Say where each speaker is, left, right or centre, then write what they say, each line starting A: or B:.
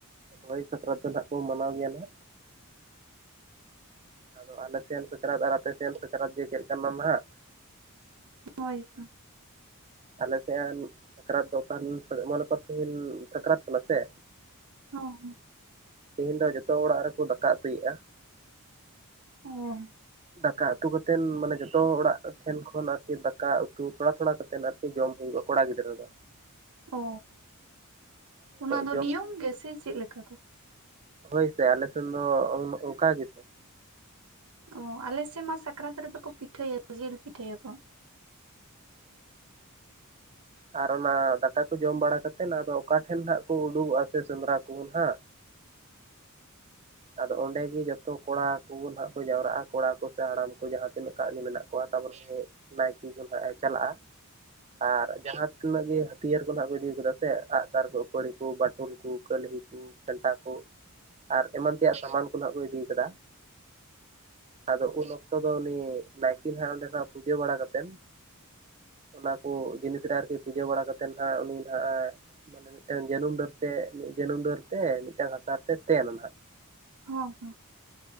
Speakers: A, on the right; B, on the right.
A: ᱦᱚᱭ ᱥᱟᱠᱨᱟᱛ ᱫᱚ ᱱᱷᱟᱜ ᱠᱚ ᱢᱟᱱᱟᱣ ᱜᱮᱭᱟ ᱱᱷᱟᱜ ᱾ ᱟᱫᱚ ᱟᱞᱮ ᱥᱮᱱ ᱥᱟᱠᱨᱟᱛ ᱟᱨ ᱟᱯᱮ ᱥᱮᱱ ᱥᱟᱠᱨᱟᱛ ᱜᱮ ᱪᱮᱫ ᱞᱮᱠᱟ ᱱᱟ ᱱᱷᱟᱜ ᱾
B: ᱦᱳᱭ ᱛᱚ ᱾
A: ᱟᱞᱮ ᱥᱮᱫ ᱥᱟᱠᱨᱟᱛ ᱫᱚ ᱚᱠᱟᱱ ᱢᱚᱱᱮ ᱠᱚᱨ ᱛᱤᱦᱤᱧ ᱥᱟᱠᱨᱟᱛ ᱠᱟᱱᱟ ᱥᱮ
B: ᱦᱚᱸ
A: ᱛᱮᱦᱤᱧ ᱫᱚ ᱡᱚᱛᱚ ᱚᱲᱟᱜ ᱨᱮᱠᱚ ᱫᱟᱠᱟ ᱩᱛᱩᱭᱮᱫᱼᱟ ᱾
B: ᱦᱮᱸᱻ
A: ᱫᱟᱠᱟ ᱩᱛᱩ ᱠᱟᱛᱮᱱ ᱢᱟᱱᱮ ᱡᱚᱛᱚ ᱚᱲᱟᱜ ᱴᱷᱮᱱ ᱠᱷᱚᱱ ᱟᱨᱠᱤ ᱫᱟᱠᱟ ᱩᱛᱩ ᱛᱷᱚᱲᱟ ᱛᱷᱚᱲᱟ ᱠᱟᱛᱮᱱ ᱟᱨᱠᱤ ᱡᱚᱢ ᱦᱩᱭᱩᱜᱼᱟ ᱠᱚᱲᱟ ᱜᱤᱫᱽᱨᱟᱹ ᱫᱚ ᱾
B: ᱚ ᱚᱱᱟ ᱫᱚ
A: ᱡᱚᱢ
B: ᱱᱤᱭᱚᱢ ᱜᱮ ᱥᱮ ᱪᱮᱫ ᱞᱮᱠᱟ ᱫᱚ?
A: ᱦᱳᱭ ᱥᱮ ᱟᱞᱮ ᱥᱮᱱ ᱫᱚ ᱚᱱᱠᱟ ᱜᱮᱥᱮ ᱾
B: ᱚ ᱟᱞᱮ ᱥᱮᱜ ᱢᱟ ᱥᱟᱠᱨᱟᱛ ᱨᱮᱫᱚ ᱠᱚ ᱯᱤᱴᱷᱟᱹᱭᱟ ᱡᱤᱞ ᱯᱤᱴᱷᱟᱹᱭᱟᱠᱚ ᱾
A: ᱟᱨ ᱚᱱᱟ ᱫᱟᱠᱟ ᱠᱚ ᱡᱚᱢ ᱵᱟᱲᱟ ᱠᱟᱛᱮᱫ ᱟᱫᱚ ᱚᱠᱟᱴᱷᱮᱱ ᱦᱟᱜ ᱠᱚ ᱩᱰᱩᱠᱚᱜᱼᱟ ᱥᱮ ᱥᱮᱸᱫᱽᱨᱟ ᱠᱚ ᱱᱷᱟᱜ ᱾ ᱟᱫᱚ ᱚᱸᱰᱮ ᱜᱮ ᱡᱚᱛᱚ ᱠᱚᱲᱟ ᱠᱚ ᱱᱷᱟᱜ ᱠᱚ ᱡᱟᱣᱨᱟᱜᱼᱟ ᱠᱚᱲᱟ ᱠᱚ ᱾ ᱥᱮ ᱦᱟᱲᱟᱢ ᱠᱚ ᱡᱟᱦᱟᱸ ᱛᱤᱱᱟᱹᱜ ᱜᱟᱜ ᱜᱮ ᱢᱮᱱᱟᱜ ᱠᱚᱣᱟ ᱛᱟᱨᱯᱚᱨᱮ ᱱᱟᱭᱠᱮ ᱠᱚ ᱱᱷᱟᱜ ᱮ ᱪᱟᱞᱟᱜᱼᱟ ᱾ ᱟᱨ ᱡᱟᱦᱟᱸ ᱛᱤᱱᱟᱹᱜ ᱜᱮ ᱦᱟᱹᱛᱭᱟᱹᱨ ᱠᱚ ᱱᱷᱟᱜ ᱠᱚ ᱤᱫᱤ ᱠᱟᱫᱟ ᱥᱮ ᱟᱜ ᱥᱟᱨ ᱠᱚ ᱩᱯᱟᱹᱲᱤ ᱠᱚ ᱵᱟᱹᱴᱩᱞ ᱠᱚ ᱾ ᱠᱟᱹᱞᱦᱤ ᱠᱚ ᱠᱷᱮᱱᱴᱟ ᱠᱚ ᱾ ᱮᱢᱟᱱ ᱛᱮᱭᱟᱜ ᱥᱟᱢᱟᱱ ᱠᱚ ᱱᱷᱟᱜ ᱠᱚ ᱤᱫᱤ ᱟᱠᱟᱫᱟ ᱟᱫᱚ ᱩᱱ ᱚᱠ ᱚᱠᱛᱚ ᱫᱚ ᱩᱱᱤ ᱱᱟᱭᱠᱮ ᱦᱟᱸᱜ ᱚᱸᱰᱮ ᱠᱷᱚᱱᱟᱜ ᱯᱩᱡᱟᱹ ᱵᱟᱲᱟ ᱠᱟᱛᱮᱱ ᱚᱱᱟ ᱠᱚ ᱡᱤᱱᱤᱥᱨᱮ ᱟᱨᱠᱤ ᱯᱩᱡᱟᱹ ᱵᱟᱲᱟ ᱠᱟᱛᱮᱱ ᱱᱷᱟᱜ ᱩᱱᱤ ᱱᱟ ᱢᱟᱱᱮ ᱢᱤᱫᱴᱟᱹᱝ ᱡᱟᱹᱱᱩᱢ ᱰᱟᱹᱨᱛᱮ ᱢᱤᱫ ᱡᱟᱹᱱᱩᱢ ᱰᱟᱹᱨ ᱛᱮ ᱢᱤᱫᱴᱟᱹᱝ ᱦᱟᱥᱟ ᱛᱮ ᱛᱮᱱᱟ ᱱᱷᱟᱜ ᱾
B: ᱦᱚᱸ, ᱦᱚᱸ ᱾